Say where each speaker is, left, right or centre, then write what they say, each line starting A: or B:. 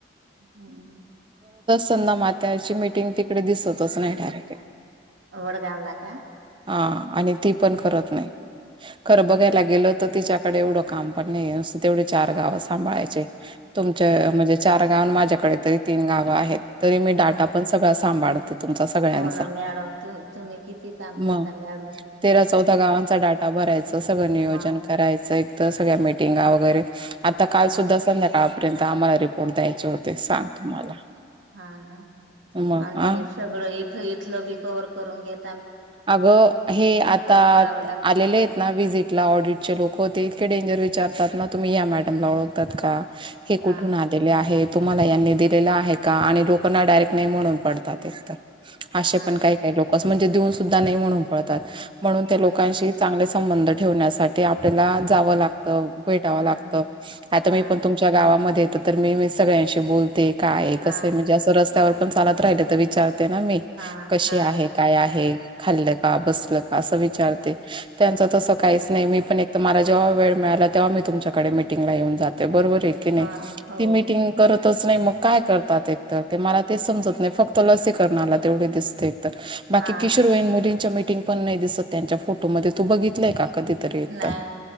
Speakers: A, on the right (about 80°); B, on the right (about 25°).
A: हम्म!
B: संंदा मात्याची मीटिंग तिकडे दिसतच नाहीायर.
A: वडगावला का
B: हां! आणि ती पण करत नाही. खरं बघायला
A: हा
B: गेलं तर तिच्या. कडे एवढं काम पण नाही न तेवढी चार गावं सांभाळायचे. तुमच म्हणजे चार गाव माझ्याकडे तरी तीन गावं आहेत. तरी मी डाटा
A: हा
B: पण सगळा सांभाळते तुमचा सगळ्यांचा
A: हो ना मॅडम त तुम्ही किती काम
B: मग
A: करता म.
B: तेरा चौदा गावांचा डाटा भरायचं सगळं नियोजन
A: मग
B: करायचं एक. तर सगळ्या मिटिंगा वगैरे. आता काल
A: हा
B: सुुद्धा संध्याकाळपर्यंत. आम्हाला रिपोर्ट द्यायचे होते सांग तुम्हाला.
A: हा ना
B: मग
A: आणि
B: आ
A: सगळं इथ. मी कवर करून घेत.
B: अग हे आता
A: करावं लागतं
B: आलेले आहेत ना विजिटला ऑडिटचे लोक इतके डेंजर विचारतात ना. तुम्ही या मॅडम ला ओळखतात का. हे
A: हा
B: कुठून आलेले आहेत. तुम्हाला यांनी दिलेला आहे का आणि लोकांना डायरेक्ट नाही म्हणून पडतात तर. असे
A: हा
B: पण काही
A: ना
B: काय लोक. म्हणजे देऊन सुद्धा नाही म्हणून पळतात. म्हणून त्या लोकांशी
A: हं
B: चांगल्या. संबंध ठेवण्यासाठी आपल्याला जावं लागतं. भेटाव लागत
A: हं
B: आता
A: हां
B: मी पण तुमच्या गावामध्ये येत. तर मी मी सगळ्यांशी बोलते. काय कसं
A: हां
B: आहे म्हणजे असं रस्त्यावर. पण चालत राहि विचार. ना मी
A: हां
B: कशी
A: हां
B: आहे. आहे खाल्लं का बसल. अस विचारते
A: हं,
B: त्यांच तसं काहीच नाही मी पण एक म. जेव्हा वेळ मिळाला तेव्हा मी तुमच्याकडे मीटिंगला येऊन जाते बरोबर
A: हां हो
B: ती मीटिंग करत च नाही मग काय करतात एकतर ते मला ते समजत नाही फक्त लसीकरणाला तेवढे दिसते एकत बाकी
A: हां
B: किशोर वईन मुलींच्या टिंग पण नाही दिसत त्यांच्या फोटो मध्ये तू बघितलाय का कधीतरी एकतर
A: नाही